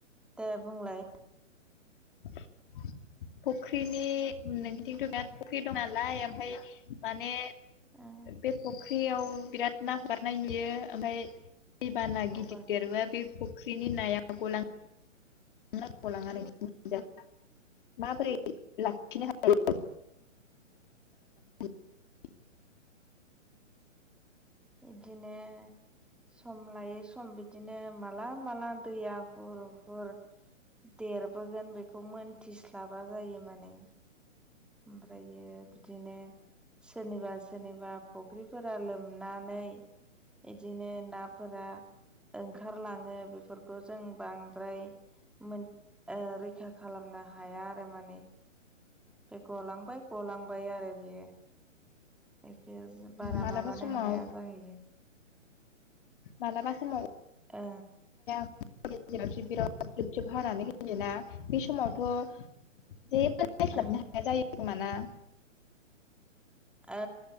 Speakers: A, in the centre; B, on the left.
A: दे बुंलाय।
B: <inaudible> फुख्रिनि नों बिदिंथ' बिराद फुख्रि दं नालाय ओमफाय माने।
A: ओ
B: बे फख्रियाव बिराद ना हेगारनाय नुयो ओमफाय। दैबाना गिदिर
A: हगारो
B: देरबा बे फुख्रिनि नाया गलां‌ <unintelligible> माबोरै लाखिनो हायो? <unintelligible>
A: इदिनो। सम लायै सम बिदिनो माला-माला दैया हुर-हुर। देरबोगोन बेखौ मोनथिस्लाबा जायो माने। ओमफ्रायो बिदिनो सोरनिबा-सोरनिबा। फुख्रिफोरा लोमनानै। इदिनो नाफोरा ओंखारलाङो बेफोरखौ जों बांद्राय। मोन ओ रैखा खालामनो हाया आरो माने। बे गलांबाय-गलांबाय आरो बियो। एखे बारा
B: मालाबा
A: माबानो
B: समाव
A: हाया जाहैयो।
B: मालाबा समाव।
A: ओ।
B: <unintelligible> बिराद जुब-जुब हानानै होयोना बे समावथ'। जेबो रायस्लाबनो
A: ओं
B: हाया जायो खोमा ना?
A: औ